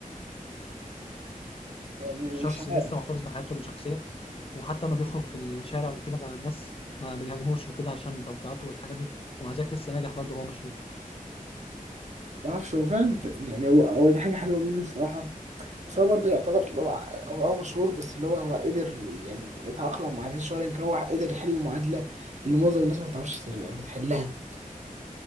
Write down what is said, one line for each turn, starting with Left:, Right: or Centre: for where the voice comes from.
Right: يعني
Left: شخص
Right: مش عارف
Left: لسه محتفظ بحياته الشخصيه وحتى ما بيخرج في الشارع وكده مع الناس ما بيهاجموهوش وكده عشان توقيعاته والحاجات دي ومع ذلك لسه ناجح برضه هو مشهور
Right: ما اعرفش هو فعلا يعني هو هو دي حاجه حلوه منه الصراحه بس هو برضه يعتبر اللي هو هو اه مشهور بس اللي هو هو قدر يعني يتأقلم مع هذه الشهرة يمكن هو قدر يحل المعادلة اللي معظم الناس ما بتعرفش يعني تحلها